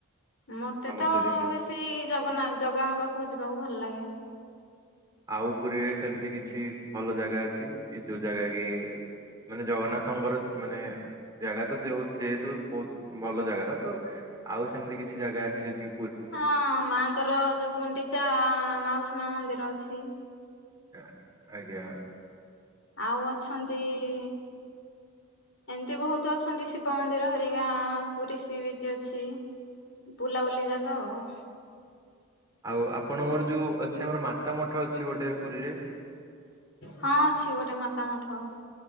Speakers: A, on the left; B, on the right.
A: ମତେ
B: ସମସ୍ତେ
A: ତ
B: ଯେମିତି
A: ବେଶୀ ଜଗନ୍ନା ଜଗାଙ୍କ ପାଖକୁ ଯିବାକୁ ଭଲ ଲାଗେ।
B: ଆଉ ପୁରୀରେ ସେମିତି କିଛି ଭଲ ଜାଗା ଅଛି, କି ଯୋଉ ଜାଗା କି ମାନେ ଜଗନ୍ନାଥଙ୍କର ମାନେ ଜାଗା ତ ଯୋଉ ଯେହେତୁ ବୋହୁତ ଭଲ ଜାଗା ତ ଆଉ ସେମିତି କିଛି ଜାଗା ଅଛି ଯେମ୍ତି
A: ହଁ-ଅ ମାଙ୍କର ଯୋଉ ଗୁଣ୍ଡିଚା-ଆ ମାଉସୀ ମା ମନ୍ଦିର ଅଛି।
B: ଏ ଆଜ୍ଞା।
A: ଆଉ ଅଛନ୍ତି-ଇ ଏମ୍ତି ବହୁତ ଅଛନ୍ତି ଶିବ ମନ୍ଦିର ହରିଗାଁ-ଆ ପୁରୀ ସି ବିଚ୍ ଅଛି। ବୁଲାବୁଲି ଜାଗା ଆଉ।
B: ଆଉ ଆପଣଙ୍କର ଯୋଉ ଅଛି ଆମର ମାତା ମଠ ଅଛି ଗୋଟେ ପୁରୀରେ।
A: ହଁ ଅଛି ଗୋଟେ ମାତା ମଠ।